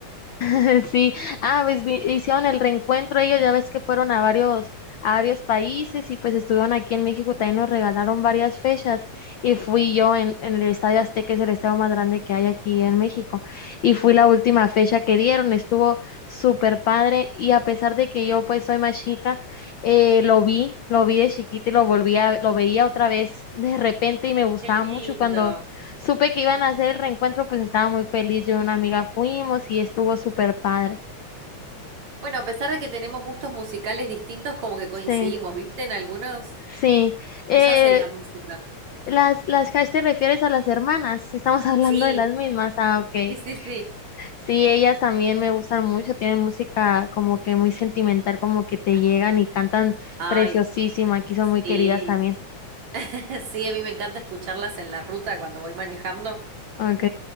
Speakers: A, on the left; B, on the right.
A: <laughs> Sí. Ah, pues vi- hicieron el reencuentro ellos, ya ves que fueron a varios, a varios países y pues estuvieron aquí en México, también nos regalaron varias fechas y fui yo en, en el Estadio Azteca, es el estadio más grande que hay aquí en México. Y fui la última fecha que dieron, estuvo súper padre y a pesar de que yo pues soy más chica, eh, lo vi, lo vi de chiquita y lo volví a, lo veía otra vez de repente y me gustaba
B: <laughs> Qué lindo.
A: mucho cuando Supe que iban a hacer el reencuentro, pues estaba muy feliz. Yo y una amiga fuimos y estuvo súper padre.
B: Bueno, a pesar de que tenemos gustos musicales distintos, como que coincidimos,
A: Sí,
B: ¿viste? En algunos,
A: sí. Eh,
B: eso hace la música.
A: las, las Hash te refieres a las hermanas. Estamos <laughs> hablando
B: Sí,
A: de las mismas. Ah, ok.
B: sí, sí, sí.
A: Sí, ellas también me gustan mucho. Tienen música como que muy sentimental, como que te llegan y cantan
B: Ay,
A: preciosísima. Aquí son muy
B: sí.
A: queridas también.
B: <laughs> Sí, a mí me encanta escucharlas en la ruta cuando voy manejando.
A: Ok.